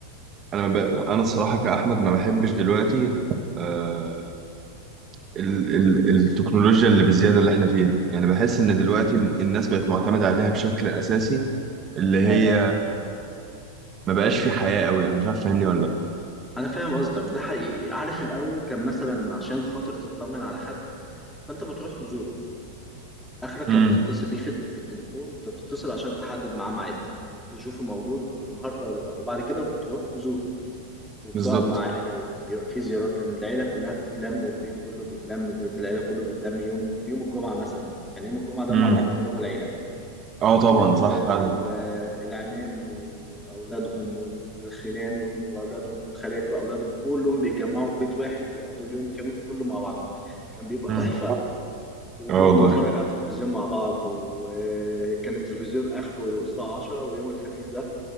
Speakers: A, on the right; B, in the centre.
A: أنا ب... أنا الصراحة كأحمد ما بحبش دلوقتي آه، ال ال التكنولوجيا اللي بالزيادة اللي احنا فيها يعني بحس ان دلوقتي ال- الناس بقت معتمدة عليها بشكل اساسي اللي هي ما بقاش في حياة قوي انا مش عارف فاهمني ولا لا
B: أنا فاهم قصدك ده حقيقي عارف الأول كان مثلا عشان خاطر تطمن على حد فأنت بتروح تزوره آخرك
A: امم
B: لما تتصل بيه في الت- بالتليفون أنت بتتصل عشان تحدد معاه ميعاد تشوفه موجود النهاردة ولا لأ وبعد كده بتروح تزوره وبتقعد
A: بالظبط
B: معاه وكان بيبقى فيه زيارات كان العيلة كلها بتتلم والبيت كله بيتلم وبيت العيلة كله بيتلم يوم يوم الجمعة مثلا كان يوم الجمعة ده
A: امم
B: معروف إنه يوم العيلة
A: اه طبعا
B: كل
A: صح
B: ال-
A: فعلا
B: آه، العمام وأولادهم والخلان وأولادهم والخالات وأولادهم كلهم بيتجمعوا في بيت واحد وبيقضوا اليوم كامل كله مع بعض كان بيبقى
A: امم
B: تحفة وبنقعد
A: اه والله
B: نتفرج على التلفزيون مع بعض وكان التلفزيون آخره الساعة 10 ويوم الخميس ده